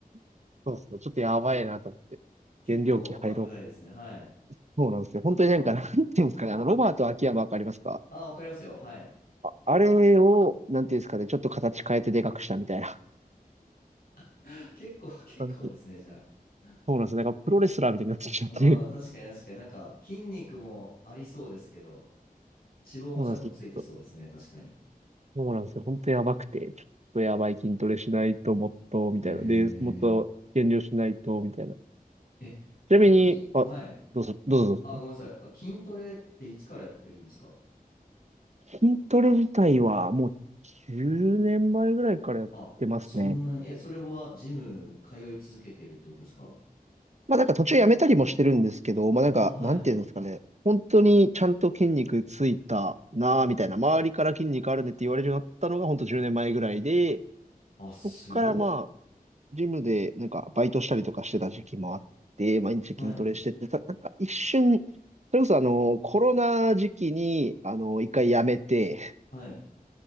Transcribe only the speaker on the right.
<laughs> そうそう、ちょっとやばいなと思って、
減量期入ろうか。
そうなんですよ。本当になんか、
なんていうんですかね、あの、ロバート秋山わかりますか
あ、あれを、なんていうんですかね、ちょっと形変えてでかくしたみたいな
感じ。
そうなんですね。なんかプロレスラーみたいになってきちゃって、
そうなんです
そうなんですよ。本当やばくて、ちょっとやばい筋トレしないともっと、みたいな。
で、もっと減量しないと、みたいな。
ちなみに、
あ、
どうぞ、どうぞどうぞ。
筋トレ自体はもう10年前ぐらいからやってますね。
まあなんか途中やめたりもしてるんですけど、まあなんか、
なんていうんですかね。本当にちゃんと筋肉ついたなぁ、みたいな。周りから筋肉あるねって言われるようになったのが本当10年前ぐらいで、
そっからまあジムでなんかバイトしたりとかしてた時期もあって、毎日筋トレしてて、
たなんか一瞬、それこそあの、コロナ時期に、あの、一回やめて、